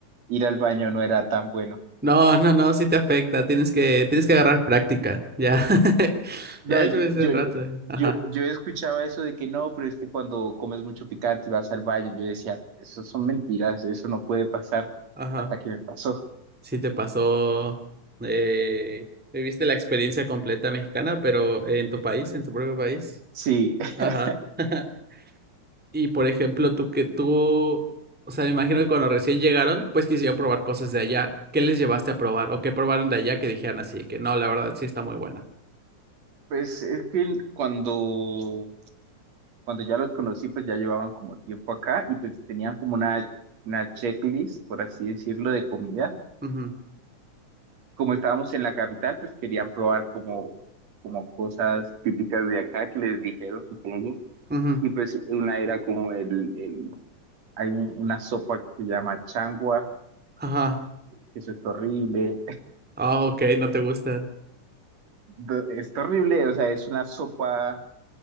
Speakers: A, on the right (about 55°); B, in the centre.
A: ir al baño no era tan bueno.
B: No, no, no, sí te afecta, tienes que, tienes que agarrar práctica, ya, <laughs>
A: No,
B: ya después
A: yo, yo,
B: de un rato, eh.
A: yo,
B: ajá,
A: yo escuchaba eso de que no, pero es que cuando comes mucho picante y vas al baño, yo decía, eso son mentiras, eso no puede pasar
B: ajá,
A: hasta que me pasó.
B: sí te pasó, eh, viviste la experiencia completa mexicana, pero en tu país, en tu propio país,
A: Sí, <laughs>
B: ajá, <laughs> y por ejemplo, tú que, tú, o sea, me imagino que cuando recién llegaron, pues quisieron probar cosas de allá, ¿qué les llevaste a probar, o qué probaron de allá que dijeran así, de que no, la verdad sí está muy buena,
A: pues es que cuando, cuando ya los conocí, pues ya llevaban como tiempo acá y pues tenían como una, una checklist, por así decirlo, de comida.
B: ah,
A: Como estábamos en la capital, pues querían probar como, como cosas típicas de acá que les dijeron, supongo.
B: Ujú,
A: Y pues una era como el, el Hay un- una sopa que se llama changua,
B: Ajá.
A: que eso es horrible.
B: Ah, ok, no te gusta.
A: Do- Es horrible, o sea, es una sopa